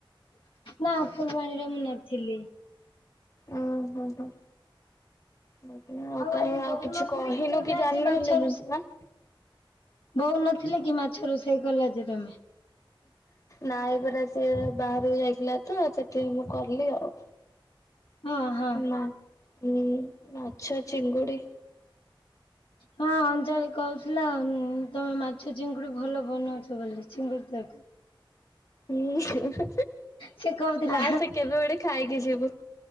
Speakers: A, on the left; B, on the left.
A: ନା ଫୁଲବାଣୀର ମୁଁ ନଥିଲି।
B: ଉଁ ହୁଁ ହୁଁ। <unintelligible> ଆଉ କାଇଁ
A: ଆଜି
B: ଆଉ
A: ବୋଉ
B: କିଛି
A: ନଥିଲେ
B: କହିଲୁ
A: ତମେ
B: କି
A: ଆଜି
B: ଜାଣିଲି
A: ମାଛ
B: ହେଲେ
A: ରୋଷେଇ
B: ମୁଁ ନା।
A: ବୋଉ ନଥିଲା କି ମାଛ ରୋଷେଇ କଲ ଯେ ତମେ?
B: ନାଇଁ ପରା ସିଏ ବାହାରେ ଯାଇଥିଲା ତ ସେଥିପାଇଁ ମୁଁ କହିଲିି ଆଉ।
A: ହଁ ହଁ।
B: ନା ଉଁ ମାଛ ଚିଙ୍ଗୁଡି।
A: ହଁ ଅଞ୍ଜଳି କହୁଥିଲା ତମେ ମାଛ ଚିଙ୍ଗୁଡ଼ି ଭଲ ବନଉଛ ବୋଲି ଚିଙ୍ଗୁଡ଼ି ଟାକୁ।
B: ଉଁ
A: ସେ କହୁଥିଲା
B: ଆସେ କେବେ ଗୋଟେ ଖାଇକି ଯିବୁ?